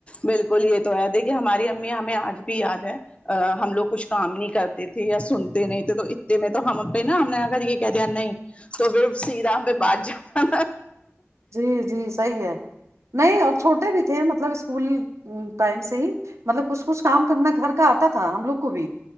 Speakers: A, on the left; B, on the right.
A: بالکل یہ تو ہے دیکھیے ہماری امی ہمیں آج بھی یاد ہے ہم لوگ کچھ کام نہیں کرتے تھے یا سنتے نہیں تھے تو اتے میں تو ہم پہ نا ہم نے اگر یہ کہہ دیا نہیں تو پھر سی رام پہ باد جاؤ
B: جی جی صحیح ہے نہیں اور چھوٹے بھی تھے مطلب اسکول ٹائم سے ہی مطلب کچھ کچھ کام کرنا گھر کا آتا تھا ہم لوگ کو بھی